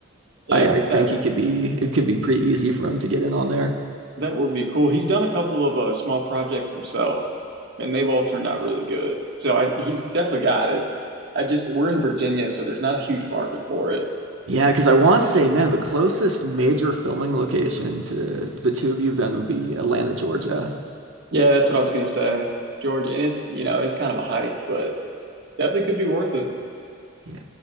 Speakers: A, on the right (about 55°); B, on the right (about 75°).
A: Yeah,
B: I, I think
A: that
B: he could be it could be pretty easy for him to get in on there.
A: that would be cool. He's done a couple of uh, small projects himself, and they've all turned out really good. So I, he's definitely got it. I just we're in Virginia, so there's not a huge market for it.
B: Yeah, because I want to say, man, the closest major filming location to Vituvio then would be Atlanta, Georgia.
A: Yeah, that's what I was gonna say, Georgia. And it's you know it's kind of a hike, but definitely could be worth it.
B: Yeah.